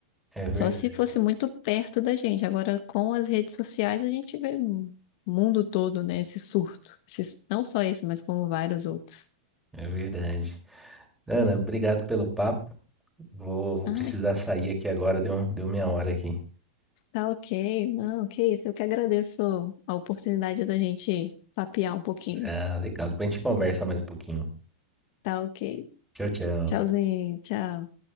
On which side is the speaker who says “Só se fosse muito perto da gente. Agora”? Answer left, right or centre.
Left